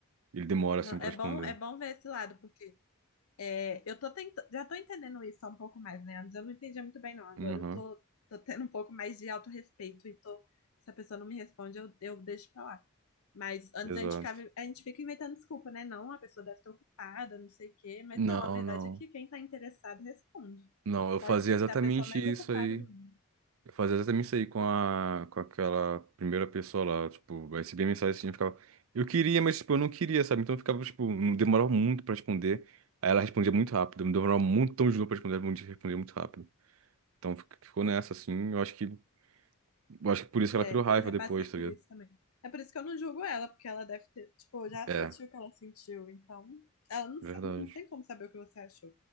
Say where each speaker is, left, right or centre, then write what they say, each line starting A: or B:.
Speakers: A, on the right; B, on the left.
A: ele demora
B: Não,
A: assim
B: é
A: pra responder.
B: bom, é bom ver esse lado, porque é, eu tô tentando, já tô entendendo isso há um pouco mais, né? Antes eu não entendia muito bem, não. Agora
A: Uhum,
B: eu tô, tô tendo um pouco mais de autorrespeito e tô, se a pessoa não me responde, eu, eu deixo pra lá. Mas antes
A: exato.
B: a gente ficava, a gente fica inventando desculpa, né? Não, a pessoa deve estar ocupada, não sei o quê. Mas
A: Não,
B: não, a verdade
A: não.
B: é que quem tá interessado responde.
A: Não, eu
B: Pode
A: fazia
B: ser
A: exatamente
B: a pessoa mais
A: isso
B: ocupada
A: aí.
B: do mundo.
A: Eu fazia exatamente isso aí com a, com aquela primeira pessoa lá, tipo, eu recebia mensagem assim, eu ficava, eu queria, mas, tipo, eu não queria, sabe? Então eu ficava, tipo, não- demorava muito pra responder, aí ela respondia muito rápido, me demorava um montão de novo pra responder, ela respondia respondia muito rápido. Então fi- ficou nessa, assim, eu acho que, eu acho que por isso que
B: É,
A: ela criou raiva
B: eu já
A: depois,
B: passei
A: tá
B: por
A: ligado?
B: isso também. É por isso que eu não julgo ela, porque ela deve ter, tipo, já
A: É,
B: sentiu o que ela sentiu, então ela não,
A: verdade,
B: sa- não tem como saber o que você achou.